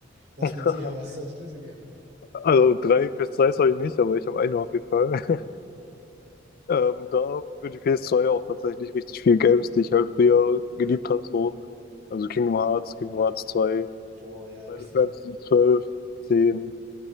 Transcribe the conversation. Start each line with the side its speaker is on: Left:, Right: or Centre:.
Right: Was
Left: <laughs>
Right: mit dir? Was zockst du so gerne?
Left: Also drei PS2s habe ich nicht, aber ich habe eine auf jeden Fall. <laughs> Ähm, und da für die PS2 auch tatsächlich richtig viel Games, die ich halt früher geliebt habe, so. Also Kingdom Hearts, Kingdom Hearts zwei
Right: Boah, ja,
Left: Final
Right: richtig.
Left: Fantasy zwölf zehn